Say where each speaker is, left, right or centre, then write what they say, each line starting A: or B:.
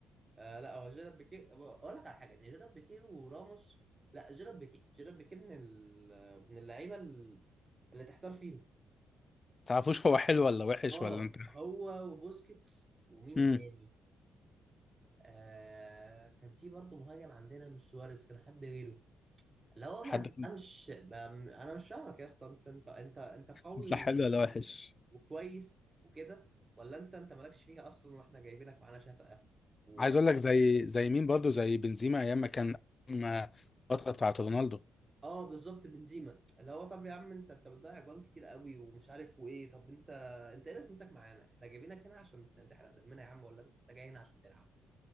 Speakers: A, on the right; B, on the left.
A: آه لا هو جيرارد بيكيه اقول لك على حاجه دي جيرارد بيكيه وراموس لا جيرارد بيكيه جيرارد بيكيه من ال... من اللعيبه ال- اللي تحتار فيهم
B: تعرفوش هو حلو ولا وحش
A: اه
B: ولا انت
A: هو
B: <laughs>
A: وبوسكيتس ومين
B: مم.
A: تاني آه كان في برضه مهاجم عندنا مش سواريز كان حد غيره اللي هو
B: حد
A: ما تفهمش ب- انا مش فاهمك يا اسطى انت انت انت انت قوي
B: ده
A: و...
B: حلو ولا وحش
A: وكويس وكده ولا انت انت مالكش فيها اصلا واحنا جايبينك معانا شفقه و...
B: عايز اقول لك زي زي مين برضه زي بنزيما ايام ما كان ما- الفتره بتاعت رونالدو
A: اه بالظبط بنزيما اللي هو طب يا عم انت انت بتضيع اجوان كتير قوي ومش عارف وايه طب انت انت ايه لازمتك معانا احنا جايبينك هنا عشان تحرق دمنا يا عم ولا انت انت جاي هنا عشان تلعب